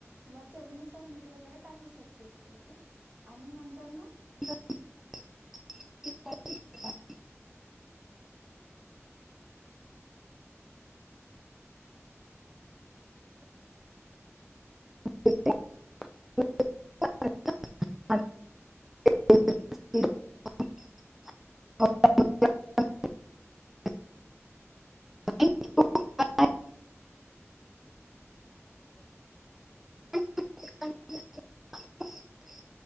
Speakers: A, on the right; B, in the centre.
A: तुला चवीनुसार मीठ वगैरे टाकू, शकतेस तू ओके आणि नंतर ना,
B: <inaudible> <inaudible> <unintelligible> <unintelligible> <unintelligible> थँक्यू बाय <unintelligible>